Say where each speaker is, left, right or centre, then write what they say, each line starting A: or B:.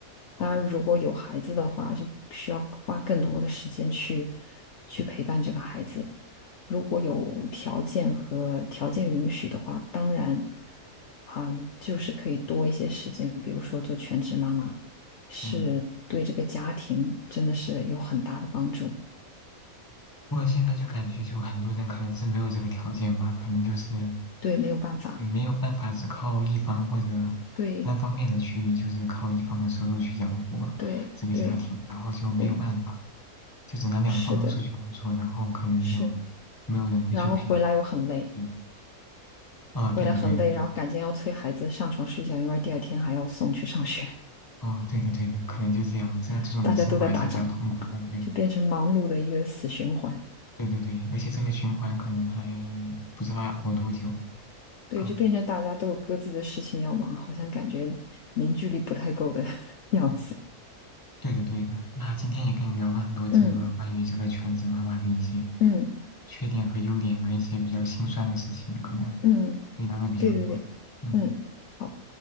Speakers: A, on the left; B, on the left.
A: 哦，
B: 当然，如果有孩子的话，就需要花更多的时间去去陪伴这个孩子。如果有条件和条件允许的话，当然，嗯，就是可以多一些时间，比如说做全职妈妈。是对这个家庭真的是有很大的帮助。
A: 嗯。不过现在就感觉，就很多人可能是没有这个条件吧，可能就是
B: 对，没有办法，
A: 也没有办法只靠一方或者单方面的去，
B: 对
A: 就是靠一方的收入去养活这个家庭，
B: 对对
A: 然后就没有办法，
B: 对，
A: 就只能两方都出去工作，
B: 是的，
A: 然后可能就
B: 是。
A: 没有人会去陪伴。
B: 然后回来又很累，
A: 对，啊，对的，
B: 回来很累，
A: 对的，对的，
B: 然后赶紧要催孩子上床睡觉，因为第二天还要送去上学，
A: 哦，对的，对的，可能就这样，这这种生活还是比较痛苦的，
B: <laughs> 大家都在打仗，
A: 对，
B: 就变成忙碌的一个死循环。
A: 对对对，而且这个循环可能还不知道要熬多久，
B: 对，
A: 嗯。
B: 就变成大家都有各自的事情要忙，好像感觉凝聚力不太够的 <laughs> 样子。
A: 对的，对的。那今天也跟你聊了很多这个关于这个全职妈妈的一些
B: 嗯嗯
A: 缺点和优点啊，一些比较心酸的事情，可能
B: 嗯，
A: 也聊的比较多。
B: 对对对，
A: 嗯，
B: 嗯，好